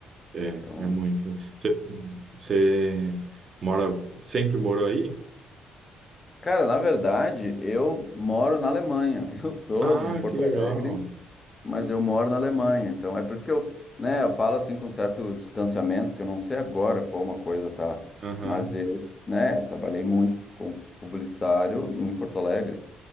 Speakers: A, on the right; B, on the left.
A: é,
B: Então,
A: é muito. Você, você mora, sempre morou aí?
B: cara, na verdade, eu moro na Alemanha. <laughs> Eu sou
A: Ah,
B: de Porto
A: que legal.
B: Alegre, mas eu moro na Alemanha. Então, é por isso que eu, né, eu falo assim com certo distanciamento, porque eu não sei agora como a coisa tá,
A: Aham,
B: mas eu, né, trabalhei muito com publicitário em Porto Alegre,